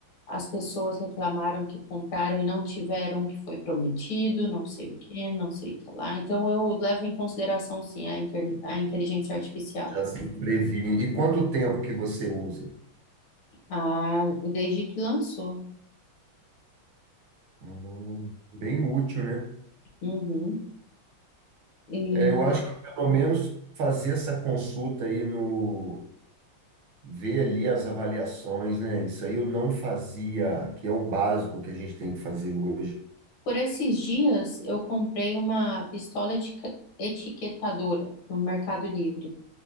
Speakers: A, on the left; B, on the right.
A: As pessoas reclamaram que compraram e não tiveram o que foi prometido, não sei o que, não sei o que lá. Então eu levo em consideração sim a, inter- a inteligência artificial,
B: Já se previne. E quanto tempo que você usa?
A: a- desde que lançou.
B: Hum, Bem útil, né?
A: Uhum. E
B: É, eu acho que pelo menos fazer essa consulta aí no. Ver ali as avaliações, né? Isso aí eu não fazia, que é o básico que a gente tem que fazer hoje.
A: por esses dias eu comprei uma pistola etica- etiquetadora no Mercado Livre.